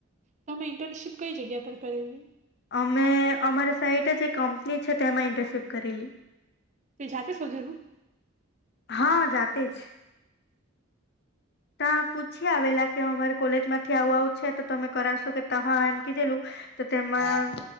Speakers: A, on the right (about 35°); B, on the left (about 55°).
A: તમે ઇન્ટર્નશીપ કઈ જગ્યા પર કરેલી?
B: અમે અમારી સાઈટ જ કંપની છે તેમાં ઇન્ટરશિપ કરેલી.
A: તે જાતે શોધેલું?
B: હા જાતે જ. ત્યા પૂછી આવેલા કે અમારે કોલેજમાંથી આવું આવું છે તો તમે કરાવશો કે તા હા એમ કીધેલું તો તેમાં